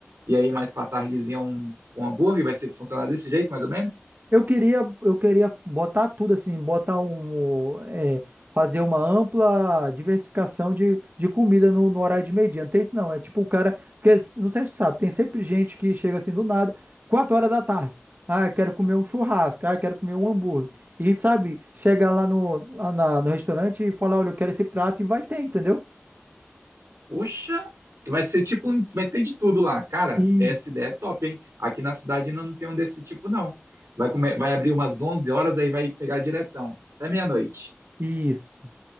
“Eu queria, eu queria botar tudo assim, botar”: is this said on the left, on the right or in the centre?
Right